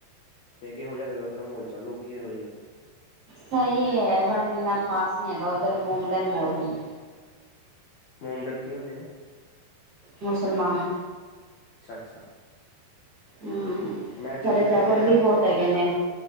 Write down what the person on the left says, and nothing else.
ਤੇ ਕੇਹੋ ਜੇਹਾ ਲੱਗਦਾ, ਫੇਰ ਮੋਲ ਚਾਲ ਲੋਕੀ ਕੇਹੋ ਜੇ ਲੱਗੇ
ਮੋਮਡਨ ਕੀ ਹੁੰਦੇ ਨੇ?
ਅੱਛਾ, ਅੱਛਾ
ਮੈਂ ਜਦੋਂ
ਇੱਕ
ਵਾਰੀ ਗਿਆ ਸੀ
ਨਾ ਉੱਥੇ